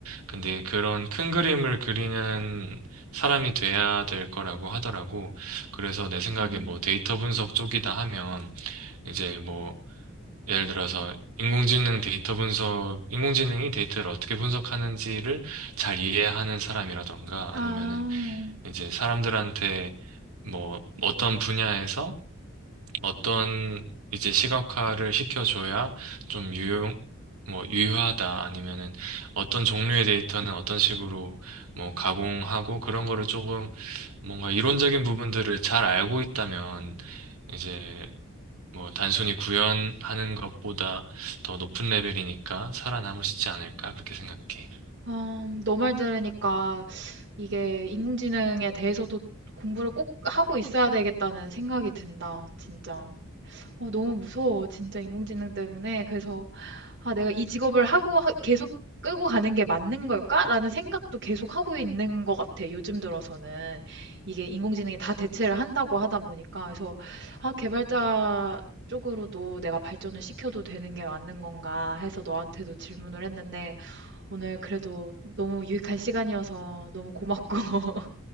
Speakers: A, on the right (about 85°); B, on the right (about 55°).
A: 근데 그런 큰 그림을 그리는 사람이 돼야 될 거라고 하더라고. 그래서 내 생각에
B: 음.
A: 뭐 데이터 분석 쪽이다 하면 이제 뭐 예를 들어서 인공지능 데이터 분석, 인공지능이 데이터를 어떻게 분석하는지를 잘 이해하는 사람이라던가
B: 아,
A: 아니면은 이제 사람들한테 뭐 어떤 분야에서 어떤 이제 시각화를 시켜줘야 좀 유용, 뭐 유효하다 아니면은 어떤 종류의 데이터는 어떤 식으로 뭐 가공하고 그런 거를 조금 뭔가 이론적인 부분들을 잘 알고 있다면 이제 뭐 단순히 구현하는 것보다 더 높은 레벨이니까 살아남을 수 있지 않을까 그렇게 생각해.
B: 음, 너말 들으니까 이게 인공지능에 대해서도 공부를 꼭 하고 있어야 되겠다는 생각이 든다, 진짜. 어, 너무 무서워, 진짜 인공지능 때문에. 그래서, 아, 내가 이 직업을 하고 하- 계속 끌고 가는 게 맞는 걸까? 라는 생각도 계속 하고 있는 것 같아, 요즘 들어서는. 이게 인공지능이 다 대체를 한다고 하다 보니까. 그래서, 아, 개발자 쪽으로도 내가 발전을 시켜도 되는 게 맞는 건가 해서 너한테도 질문을 했는데, 오늘 그래도 너무 유익한 시간이어서 너무 고맙고. <laughs>